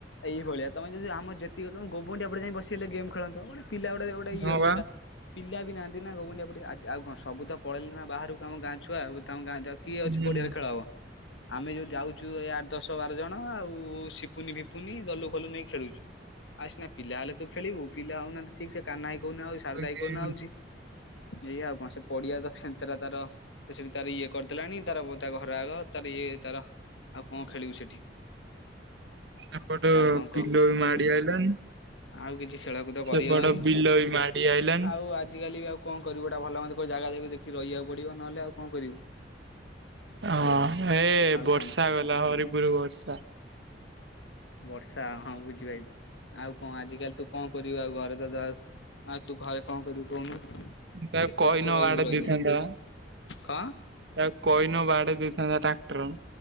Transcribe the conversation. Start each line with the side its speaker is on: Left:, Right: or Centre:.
Left: ଏଇଭଳିଆ ତମେ ଯଦି, ଆମ ଯେତିକ ତମ ଗୋବୁଡି ଆରେ ଯାଇ ବସି ହେଲେ ଗେମ୍ ଖେଳନ୍ତ ପିଲା ଗୋଟେ ଗୋଟେ ଇଏ
Right: ହଁ
Left: ହୁଅନ୍ତା,
Right: ବା
Left: ପିଲା ବି ନାହାନ୍ତି ନା ଗୋବୁଡି ଆଉ କଣ ସବୁ ତ ପଳେଇଲି ନା ବାହାରକୁ। ଆମ ଗାଁ ଛୁଆ ତ ଗାଁରେ କିଏ ଅଛି
Right: ହୁଁ
Left: ପଡିଆରେ ଖେଳ ହବ। ଆମେ ଯୋଉ ଯାଉଛୁ ଏଇ ଆଠ ଦଶ ବାର ଜଣ, ଆଉ ସିପୁନି ଫିପୁନି ଦଲୁ ଫଲୁ ନେଇ ଖେଳୁଛୁ। ଆଉ ସିନା ପିଲା ହେଲେ ତୁ ଖେଳିବୁ, ପିଲା ହଉନାହାନ୍ତି ଠିକ ସେ କାହ୍ନା ଭାଇ କୋଉଦିନ ଆଉଛି ସାରଦା ଭାଇ
Right: ଗେମ୍
Left: କୋଉଦିନ ଆଉଛି। ଏଇ ଆଉ କଣ ସେ ପଡିଆ ତ ସେତେରା ତାର ସେଠି ତାର ଇଏ କରିଦେଲାଣି, ତାର ତା ଘର ଆଗ ତାର ଇଏ ତାର ଆଉ କଣ ଖେଳିବୁ ସେଠି?
Right: ସେପଟ
Left: ଆଉ କଣ କହ
Right: ବିଲ ବି ମାଡି ଆଇଲାଣି।
Left: ଆଉ କିଛି ଖେଳକୁଦ କରିହବନି।
Right: ସେପଟ ବିଲ ବି ମାଡି ଆଇଲାଣି
Left: ଆଉ ଆଜିକାଲି ବି ଆଉ କଣ କରିବୁ କୋଉଟା ଭଲ ମନ୍ଦ କୋଉ ଜାଗା ଦେଖିକି ରହିବାକୁ ପଡିବ, ନହେଲେ ଆଉ କଣ କରିବୁ।
Right: ହଁ ଏ
Left: ଆଉ
Right: ବର୍ଷା
Left: କଣ
Right: ଗଲା ହରିପୁର ବର୍ଷା।
Left: ବର୍ଷା ହଁ ବୁଝିପାଇଲି, ଆଉ କଣ ଆଜିକାଲି ତୁ କଣ ପଢ଼ିବା ଆଉ ଘରେ ତୁ ଘରେ କଣ କରିବୁ, କହୁନୁ
Right: ତାକୁ
Left: କେତେ
Right: କହିନ
Left: ବର୍ଷ ରହିବୁ
Right: ବାଡେଇ
Left: ରହି
Right: ଦେଇଥାନ୍ତା
Left: ରହି?
Right: ତାକୁ
Left: କଣ?
Right: କହିନ ବାଡ଼େଇ ଦେଇଥାନ୍ତା ତା ଟ୍ରନ୍